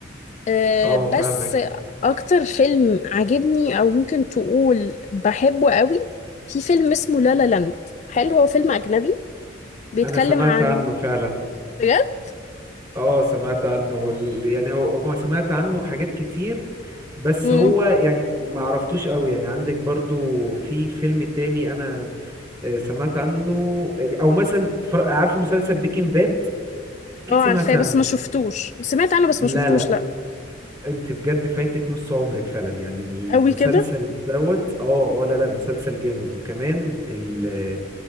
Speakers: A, on the left; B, on the right.
A: أه
B: اه
A: بس
B: فاهمك
A: اكتر فيلم عجبني او ممكن تقول بحبه قوي في فيلم اسمه لا لا لاند حلو هو فيلم اجنبي بيتكلم
B: انا سمعت
A: عن
B: عنه فعلا
A: بجد
B: اه سمعت عنه وال- يعني هو هو سمعت عنه حاجات كتير بس
A: امم
B: هو يعني ما عرفتوش قوي يعني عندك برضو في فيلم تاني انا آه، سمعت عنه او مثلا اتفر- عارفه مسلسل بيكنج باد اكيد
A: اه
B: سمعتي
A: عارفاه
B: عنه
A: بس ما شفتوش سمعت عنه بس
B: لا
A: ما شفتوش
B: لا
A: لا
B: انت بجد فايتك نص عمرك فعلا يعني
A: قوي
B: المسلسل
A: كده
B: دوت اه اه لا لا مسلسل جامد وكمان ال-